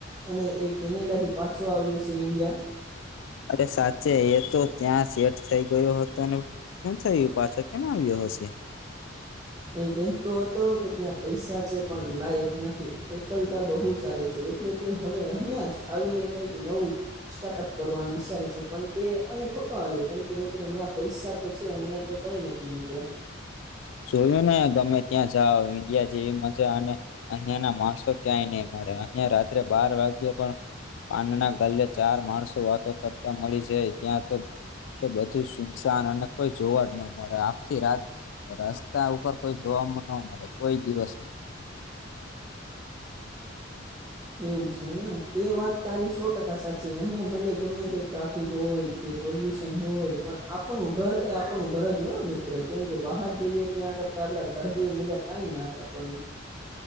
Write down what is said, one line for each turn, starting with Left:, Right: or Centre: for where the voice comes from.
Right: અને એ કેનેડા થી પાછો આવ્યો છે ઈન્ડિયા
Left: અરે સાચે એ તો ત્યાં શેઠ થઈ ગયો હતો. ને હું થયું પાછો કેમ આવ્યો હશે?
Right: એ કહેતો હતો કે ત્યાં પૈસા છે પણ લાઈફ નથી. એકલતા બહુ સારી છે એટલે તે હવે અહિયાં જ આવીને કંઈક નવું સ્ટાર્ટઅપ કરવાનું વિ વિચારે છે પણ તે અહી ખોટો આવ્યો કેમ કે મિત્ર ત્યાં પૈસા તો છે અહિયાં તો કઈ નથી મિત્ર
Left: સુું તમે ગમે ત્યાં જાઓ ઈન્ડિયા જેવી મજા અને અહિયા ના માણસો ક્યાંય નહી મળે અહિયાં રાત્રે બાર વાગ્યે પણ પાન ના ગલે ચાર માણસો વાતો કરતા મળી જાય ત્યાં તો તો બધું સુમસાન અને કોઈ જોવા જ ન મળે. આખી રાત રસ્તા ઉપર કોઈ જોવા જોવા ન મળે કોઈ દિવસ બી
Right: એવું છે એમ ને તે વાત તારી સો ટકા સાચી અહીંયા ભલે ગમે તે ટ્રાફિક હોય કે પોલ્યુશન હોય પણ આપણું ઘર એ આપણું ઘર જ હોય મિત્ર કેમ કે બહાર જઈએ ત્યાં કરતા આપડા ઘર જેવી મજા કઈ ના આવે આપણને <inaudible>